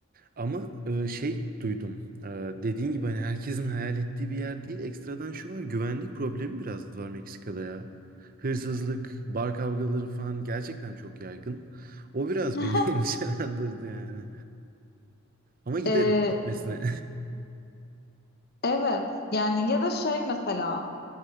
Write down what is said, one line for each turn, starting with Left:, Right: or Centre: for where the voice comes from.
Right: Ama e, şey duydum. E, dediğin gibi hani herkesin hayal ettiği bir yer değil. Ekstradan şu var. Güvenlik problemi biraz var Meksika'da ya. Hırsızlık, bar kavgaları falan gerçekten çok yaygın. O biraz
Left: <laughs>
Right: beni <laughs> endişelendirdi yani. Ama giderim
Left: Ee,
Right: gitmesine.
Left: evet yani ya da şey mesela